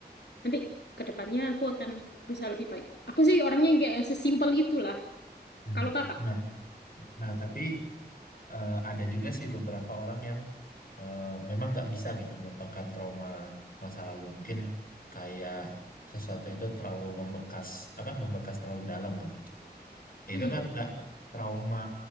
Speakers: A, on the left; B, on the left.
A: Nanti ke depannya aku akan berusaha lebih baik. Aku sih orangnya yang kayak yang sesimpel itulah.
B: Hmm.
A: Kalau kakak,
B: Nah, nah tapi eh, ada juga sih beberapa orang yang eh, memang nggak bisa gitu melupakan trauma masa lalu. Mungkin kayak sesuatu itu terlalu membekas, apa membekas terlalu dalam gitu. Ya,
A: Mm-mm.
B: itu kan nggak trauma